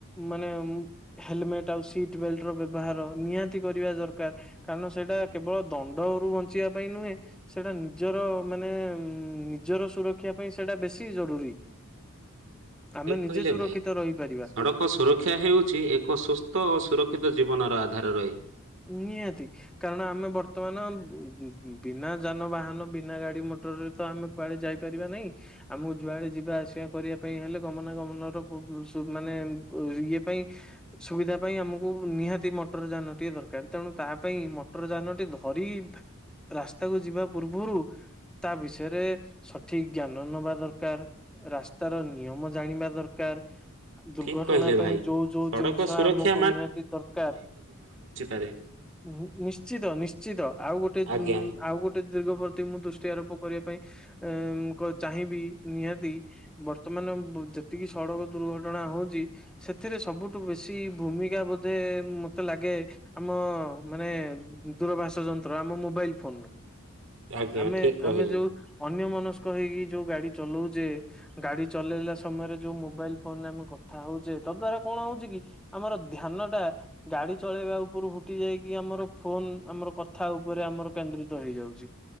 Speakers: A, in the centre; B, on the right (about 60°).
A: ମାନେ ହେଲମେଟ ଆଉ ସିଟ ବେଲ୍ଟ ର ବ୍ୟବହାର ନିହାତି କରିବା ଦରକାର। କାରଣ ସେଇଟା କେବଳ ଦଣ୍ଡ ବଞ୍ଚିବା ପାଇଁ ନୁହେଁ। ସେଟା ନିଜର ମାନେ ନିଜର ସୁରକ୍ଷା ପାଇଁ ସେଟା ବେଶୀ ଜରୁରୀ। ଆମେ
B: ଠିକ୍ କହିଲେ
A: ନିଜେ ସୁରକ୍ଷିତ
B: ଭାଇ।
A: ରହିପାରିବା।
B: ସଡ଼କ ସୁରକ୍ଷା ହେଉଛି ଏକ ସୁସ୍ଥ ସ୍ଥ ଓ ସୁରକ୍ଷିତ ଜୀବନର ଆଧାର <inaudible> ରହି।
A: ନିହାତି। କାରଣ ଆମେ ବର୍ତ୍ତମାନ ବିନା ଯାନବାହାନ ବିନା ଗାଡି ମଟର ଟରରେ ତ ଆମେ କୁଆଡେ ଯାଇପାରିବା ନାହିଁ? ଆମକୁ ଯୁଆଡେ ଯିବା ଆସିବା କରିବା ପାଇଁ ହେଲେ ଗମନା ଗମନ ର ମାନେ ଇଏ ପାଇଁ ସୁବିଧା ପାଇଁ ଆମକୁ ନିହାତି ମଟର ଯାନଟିଏ ଦରକାର। ଦରକାର ତେଣୁ ତା ପାଇଁ ମଟର ଯାନଟି ଧରି ରାସ୍ତାକୁ ଯିବା ପୂର୍ବରୁ ତା ବିଷୟରେ ସଠିକ ଜ୍ଞାନ ନବା ଦରକାର। ରାସ୍ତାର ନିୟମ ଜାଣିବା ଦରକାର। ଦୁର୍ଘଟଣା
B: ଠିକ୍ କହିଲେ ଭାଇ।
A: ପାଇଁ ଯୋଉ ଯୋଉ
B: ସଡ଼କ
A: ଜିନିଷ
B: ସୁରକ୍ଷା
A: ଆମକୁ ନିହାତି ଦରକାର
B: ଆରେ
A: ନି ନିଶ୍ଚିତ ନିଶ୍ଚିତ ଆଉ ଗୋଟେ ଜି
B: ଆଜ୍ଞା
A: ଆଉ ଗୋଟେ ଦିଗ ପ୍ରତି ମୁଁ ଦୃଷ୍ଟି ଆରୋପ କରିବା ପାଇଁ ଏ ଙ୍କ ଚାହିଁବି ନିହାତି ବର୍ତ୍ତମାନ ଯେତିକି ସଡ଼କ ଦୁର୍ଘଟଣା ହଉଚି ସେଥିରେ ସବୁଠୁ ବେଶୀ ଭୂମିକା ବୋଧେ ମତେ ଲାଗେ ଆମ ମାନେ ଦୂରଭାଷ ଯନ୍ତ୍ର ଆମ ମୋବାଇଲ ଫୋନ ରୁ
B: ଆଜ୍ଞା
A: ଆମେ
B: ଠିକ୍ କହିଲେ
A: ଆମେ ଯୋଉ ଅନ୍ୟ ମନସ୍କ ସ୍କ ହେଇକି ଯୋଉ ଗାଡ଼ି ଚଲଉଛେ ଗାଡ଼ି ଚଲେଇଲା ସମୟରେ ଯୋଉ ମୋବାଇଲ ଫୋନରେ ଆମେ କଥା ହଉଛେ। ତଦ୍ଵାରା କଣ ହଉଚି କି ଆମର ଧ୍ୟାନ ଟା ଗାଡ଼ି ଚଳେଇବାକୁ ରୁ ହୁଟି ଯାଇକି ଆମର ଫୋନ ଆମର କଥା ଉପରେ ଆମର କେନ୍ଦ୍ରିତ ହେଇଯାଉଚି।